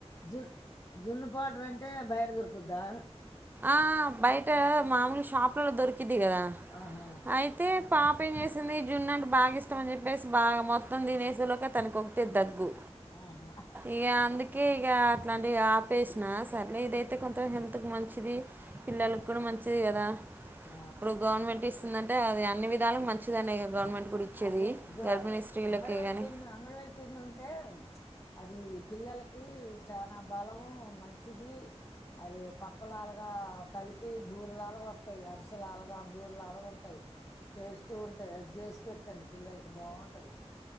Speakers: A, on the left; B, on the right.
A: జున్ జున్ను పౌడర్ అంటే బయట దొరుకుద్దా
B: ఆ బయట మామూలు షాపులలో దొరికింది కదా
A: ఆహా
B: అయితే పాప ఏం చేసింది జున్న అంటే బాగా ఇష్టం అని చెప్పేసి బాగా మొత్తం దినేసేలోకి తనకు ఒకటే దగ్గు
A: ఆహా
B: ఇక అందుకే ఇక అట్లాంటి ఆపేసిన సరేలే ఇదైతు తే కొంత హెల్త్ కు మంచిది పిల్లలకు కూడా మంచిది కదా
A: ఆ
B: ఇప్పుడు గవర్నమెంట్ ఇస్తుందంటే అది అన్ని విధాలకు మంచిదనే గవర్నమెంట్ కూడా ఇచ్చేది
A: అదే ఎగ్ వయో
B: గర్భిణీ స్త్రీలకే
A: అంగన్ వాడి
B: కానీ
A: పిండి అంగన్ వాడి పిండి ఉంటే అది పిల్లలకి చనా బలము మంచిది అది పప్పలాలుగా కలిపి బూరలాలుగా వస్తాయి అరిసలాలుగా బూరలాలుగా ఉంటాయి టేస్ట్ గా ఉంటాయి అది చేసి పెట్టండి పిల్లలకి బాగుంటది